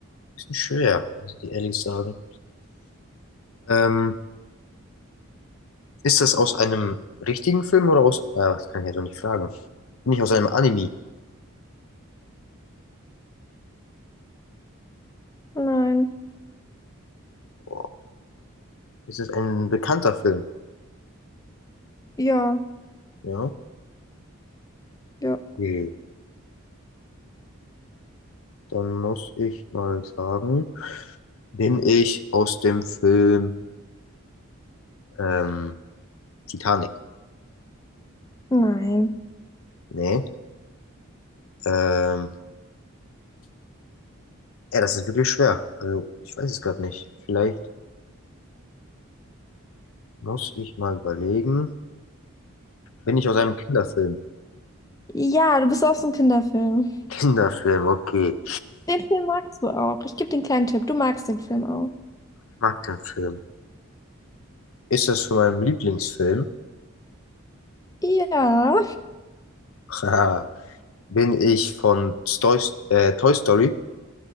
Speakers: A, on the left; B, on the left.
A: bisschen schwer, muss ich dir ehrlich sagen. Ähm, ist das aus einem richtigen Film oder aus. Äh, das kann ich ja so nicht fragen. Nicht aus einem Anime.
B: Nein.
A: Boah, ist es ein bekannter Film?
B: Ja,
A: Ja.
B: ja.
A: Okay. Dann muss ich mal sagen, bin ich aus dem Film ähm, Titanic?
B: Nein.
A: Nee. Ähm, ja, das ist wirklich schwer. Also, ich weiß es gerade nicht. Vielleicht. Muss ich mal überlegen. Bin ich aus einem Kinderfilm?
B: Ja, du bist auch so ein Kinderfilm.
A: <laughs> Kinderfilm, okay.
B: Den Film magst du auch. Ich gebe den kleinen Tipp. Du magst den Film auch.
A: Ich mag den Film. Ist das von meinem Lieblingsfilm?
B: Ja,
A: <laughs> Haha. Bin ich von Stoy, äh, Toy Story?